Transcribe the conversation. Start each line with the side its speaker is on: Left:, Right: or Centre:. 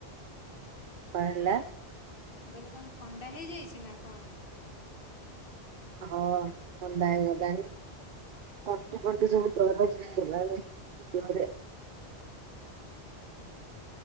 Right: କଣ ହେଲା।
Left: ମୁଁ କହିଲି କଣ ଥଣ୍ଡା ହେଇଯାଇଛି ନା କଣ?
Right: ହଁ ଥଣ୍ଡା ହେଇଗଲାଣି, ତଣ୍ଟି ଫଣ୍ଟି ସବୁ ଦରଜ ହେଇଗଲାଣି ଦେହରେ